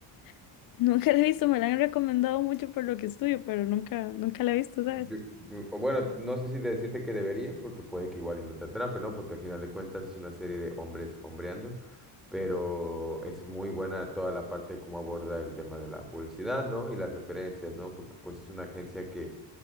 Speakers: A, on the left; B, in the centre.
A: <laughs> Nunca la he visto, me la han recomendado mucho por lo que estudio, pero nunca, nunca la he visto, ¿sabes?
B: Yo- yo- o bueno, no sé si decirte que deberías, porque puede que igual y no te atrape, ¿no? Porque al final de cuentas es una serie de hombres hombreando, pero es muy buena toda la parte de cómo aborda el tema de la publicidad, ¿no? Y las referencias, ¿no? Porque pues es una agencia que